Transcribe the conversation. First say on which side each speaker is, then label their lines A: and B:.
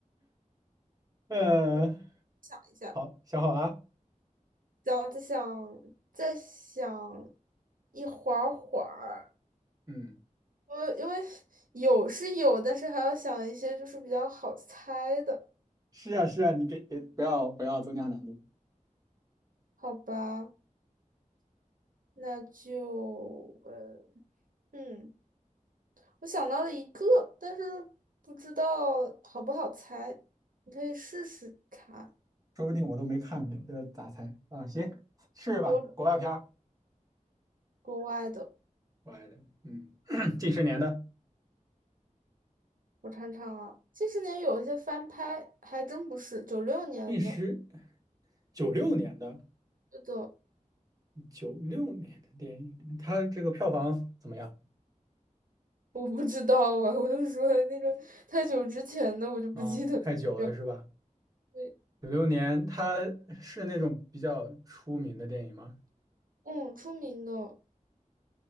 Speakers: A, on the right; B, on the right.
A: <laughs> 呃，
B: 嗯想
A: 好，想好了，
B: 想再想再想一会儿会儿。
A: 嗯，
B: 我因为有是有，但是还要想一些就是比较好猜的，
A: 是啊是啊，你给给不要不要增加难度，
B: 好吧？那就呃嗯，我想到了一个，但是不知道好不好猜，你可以试试看。
A: 说不定我都没看过，这咋猜啊？行，试试吧，
B: 有
A: 国外片儿，
B: 国外的，
A: 国外的，嗯，<clears throat> 近十年的，
B: 我尝尝啊。近十年有一些翻拍，还真不是九六年的，
A: 近十，九六年的
B: 是的，
A: 九六年的电影，它这个票房怎么样
B: 我不知道啊，我就说那个太久之前的我就不记得它的叫。
A: 啊？太久了是吧？
B: 对，
A: 九六年，它是那种比较出名的电影吗？
B: 嗯，出名的。